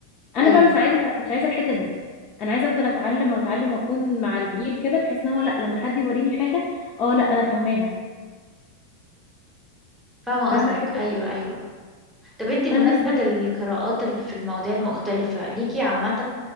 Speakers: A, on the left; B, in the centre.
A: انا
B: أيوه
A: بقى مش عايزه مش عايزه الحته دي انا عايزه افضل اتعلم واتعلم واكون مع الجيل كده بحيث ان هو لا لما حد يوريني حاجه اه لا انا فاهماها
B: فاهمة
A: فاهمه
B: قصدك
A: الحته
B: أيوه
A: دي
B: أيوه طب انتي
A: فانا
B: بمناسبة
A: نفسي اعمل
B: القراءات ال- في المواضيع المختلفة ليكي عامة